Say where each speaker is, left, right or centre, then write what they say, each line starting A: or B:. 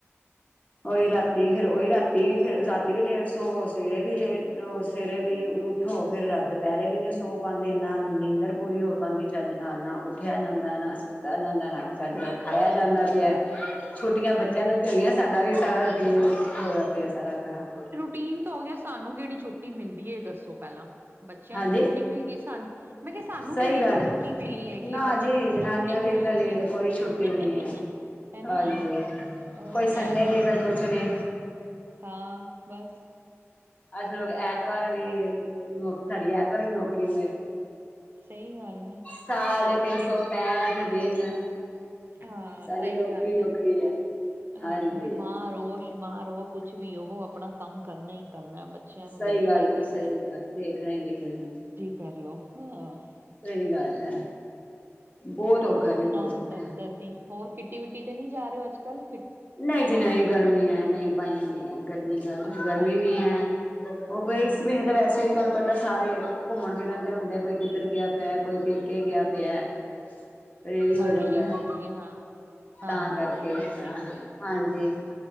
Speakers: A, on the left; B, on the right.
A: ਉਹੀ ਰਾਤੀ ਫੇਰ ਉਹੀ ਰਾਤੀ ਫੇਰ ਰਾਤੀ ਵੀ ਲੇਟ ਸੋਵੋ, ਸਵੇਰੇ ਵੀ ਲੇਟ ਹੋ। ਸਵੇਰੇ ਵੀ ਉੱਠੋ ਫੇਰ ਦੁਪਹਿਰੇ ਵੀ ਨੀ ਸੋ ਪਾਉਂਦੇ ਨਾ ਨੀਂਦਰ ਪੂਰੀ ਹੋ ਦੀ ਚੱਜ ਨਾਲ ਨਾ ਉੱਠਿਆ ਜਾਂਦਾ, ਨਾ ਸੁੱਤਾ ਜਾਂਦਾ, ਨਾ ਚੱਜ ਨਾਲ ਖਾਇਆ ਜਾਂਦਾ ਵਾ। ਛੂਟੀਆਂ
B: ਹੂੰ।
A: ਬੱਚਿਆਂ ਨੂੰ ਕਿ ਹੋਈਆਂ ਸਾਡਾ ਵੀ ਸਾਰਾ ਰੂਟੀਨ ਹੋਇਆ ਪਿਆ। ਸਾਰਾ ਖਰਾਬ
B: ਟੀਮ ਤੇ ਹੋ ਗਿਆ ਸਾਨੂੰ ਕਿਹੜੀ ਛੁੱਟੀ ਮਿਲਦੀ ਹੈ ਇਹ ਦੱਸੋ ਪਹਿਲਾਂ, ਬੱਚਿਆਂ
A: ਹਾਂਜੀ
B: ਨੂੰ ਤੋਂ ਛੁੱਟੀ ਮਿਲ ਗਈ ਸਾਨੂੰ ਮੈਂ ਕਿਹਾ, ਸਾਨੂੰ
A: ਸਹੀ
B: ਕਿਹੜੀ
A: ਗੱਲ
B: ਕੋਈ ਛੁੱਟੀ ਮਿਲੀ ਹੈਗੀ
A: ਨਾ
B: ਹੈ ਬੱਚਿਆਂ
A: ਜੀ
B: ਨੂੰ ਤਾਂ
A: ਜਨਾਨੀਆਂ
B: ਛੁੱਟੀ ਮਿਲ
A: ਲਈ ਤਾਂ
B: ਗਈ
A: ਲੇ
B: ਹੈ।
A: ਕੋਈ ਛੁੱਟੀ ਨਹੀਂ ਹੈ
B: ਹੈ ਨਾ।
A: ਹਾਂਜੀ
B: ਉਹੀ
A: ਕੋਈ ਸੰਡੇ
B: ਤਾਂ ਹੈ ਨਾ।
A: ਨਹੀਂ ਕੋਈ ਕੁਛ ਨਹੀਂ
B: ਹਾਂ, ਬਸ।
A: ਅਸੀਂ ਲੋਕ ਐਤਵਾਰ ਵੀ, ਨੌਕ ਸਾਡੀ ਐਤਵਾਰ ਵੀ ਨੌਕਰੀ ਹੈ।
B: ਸਹੀ ਗੱਲ ਆ।
A: ਸਾਲ ਦੇ ਤਿੰਨ
B: ਲੈ,
A: ਸੌ ਪੈਂਠ ਦਿਨ
B: ਹਾਂ
A: ਸਾਡੀ
B: ਸਹੀ
A: ਨੌਕਰੀ-ਨੌਕਰੀ
B: ਗੱਲ ਐ।
A: ਹੈ।
B: ਹਾਂ
A: ਹਾਂਜੀ
B: ਬਿਮਾਰ ਹੋ ਸ਼ਿਮਾਰ ਹੋ। ਕੁਛ ਵੀ ਉਹੋ ਆਪਣਾ ਕੰਮ ਕਰਨਾ ਹੀ ਕਰਨਾ ਬੱਚਿਆਂ ਨੂੰ
A: ਸਹੀ
B: ਦੇਖਣਾ
A: ਗੱਲ
B: ਹੀ ਦੇਖਣਾ।
A: ਜੀ ਸਹੀ ਗੱਲ ਦੇਖਣਾ ਹੀ ਦੇਖਣਾ।
B: ਕਰ ਲਓ ਹਾਂ।
A: ਸਹੀ ਗੱਲ ਹੈ। ਬਹੁਤ ਔਖਾ
B: ਹੋਰ ਸੁਣਾਓ
A: ਜੀ ਬਹੁਤ ਔਖਾ
B: ਇਧਰ- ਉਧਰ ਦੀ ਹੋਰ ਕਿਟੀ ਵਿਟੀ ਤੇ ਨਹੀਂ ਜਾ ਰਹੇ ਹੋ ਅੱਜ ਕੱਲ?
A: ਨਹੀਂ ਜੀ ਨਹੀਂ ਗਰਮੀ ਹੈ ਨਹੀਂ ਪਾਈਆਂ ਨੇ ਗਰਮੀਆਂ। ਕੁਛ
B: ਅੱਛਾ,
A: ਗਰਮੀ ਵੀ ਹੈ। ਉਹ
B: ਹੂੰ-ਹੂੰ।
A: ਫ ਇਸ ਮਹੀਨੇ ਤਾਂ ਵੈਸੇ ਵੀ ਤੁਹਾਨੂੰ ਪਤਾ ਸਾਰੇ ਘੁੰਮਣ- ਫਿਰਨ ਹੁੰਦੇ ਕੋਈ ਕਿੱਧਰ ਗਿਆ ਪਿਆ, ਕੋਈ ਪੇਕੇ ਗਿਆ ਪਿਆ। ਐ ਵੀ ਹੋ
B: ਹਾਂਜੀ-ਹਾਂਜੀ,
A: ਜਾਂਦਾ।
B: ਹਾਂ। ਹਾਂ,
A: ਤਾਂ ਕਰਕੇ,
B: ਬਿਲਕੁਲ-ਬਿਲਕੁਲ,
A: ਹਾਂ। ਹਾਂਜੀ।